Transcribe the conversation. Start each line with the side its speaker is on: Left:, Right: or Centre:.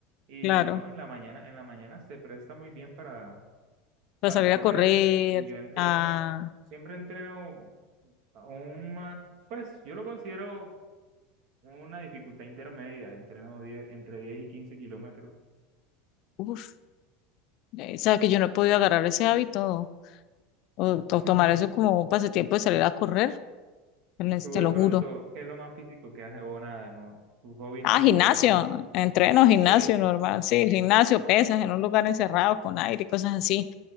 Right: y
Left: claro,
Right: no, en la mañana, en la mañana se presta muy bien para,
Left: para
Right: para
Left: salir
Right: correr
Left: a correr,
Right: y yo entreno,
Left: a...
Right: siempre entreno a un más, pues yo lo considero una dificultad intermedia, entreno 10 entre 10 y 15 kilómetros.
Left: Uf, eh, sabes que yo no he podido agarrar ese hábito o, o
Right: <laughs>
Left: tomar eso como un pasatiempo de salir a correr, te lo te
Right: Tú de
Left: lo
Right: pronto,
Left: juro.
Right: ¿qué es lo más físico que hace o nada? No, tus hobbies
Left: Ah,
Right: no hay
Left: gimnasio,
Right: ninguno,
Left: entreno, gimnasio
Right: sí,
Left: normal, sí, el gimnasio, pesas en un lugar encerrado con aire y cosas así,